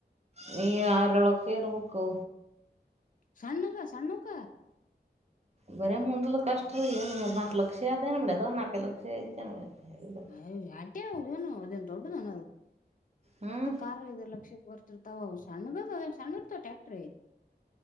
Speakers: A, on the right (about 40°); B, on the left (about 50°).
A: ನೀ ಆರಳ ಕೇರ್ ವಕ್ಕು
B: ಸಣ್ಣ ನಕ ಸಣ್ಣ ನೌಕ
A: ಬರೇ ಮುಂದಲು ಕಷ್ಟ ರೀ ಏನ್ ಮೂರ್ ನಾಕಕ್ ಲಕ್ಷ ಅದೇನ್ ಮಾಡಡ ಅ್ ನಾಕೈ ಲಕ್ಷ ಐತೆನ್ ಮಾಡ್ಯದ
B: ಅಯಾಟಿ ಏನು ಅದೇನ್ ದೊಡ್ಡ ನಾನಂತ
A: ಹ್ಮ್
B: ಖ ಇ ಲಕ್ಷಕ್ಕ ವರ್ಷ ಸಣ್ಣ ಸಣ್ಣತ ಟ್ಯಾಕ್ಟ್ರ